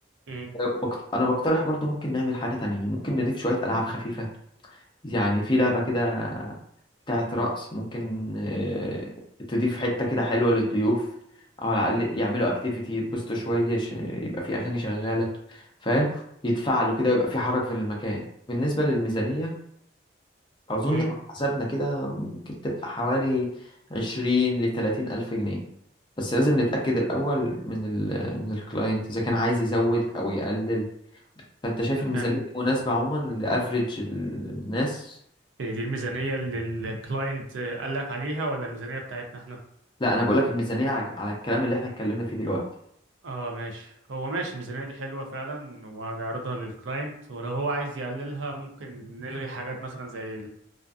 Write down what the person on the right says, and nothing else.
مم،
مم.
يعني
دي الميزانيه اللي الكلاينت قال لك عليها ولا الميزانيه بتاعتنا احنا
اه ماشي هو ماشي الميزانيه دي حلوه فعلا وهنعرضها للكلاينت ولو هو عايز يقللها ممكن نلغي حاجات مثلا زي